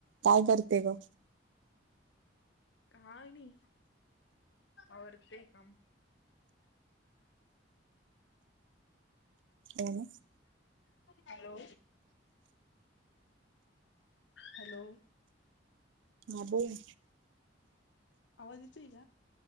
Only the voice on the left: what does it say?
हा आणि होर ते काम
हॅलो. हॅलो.
आवाज येत इग.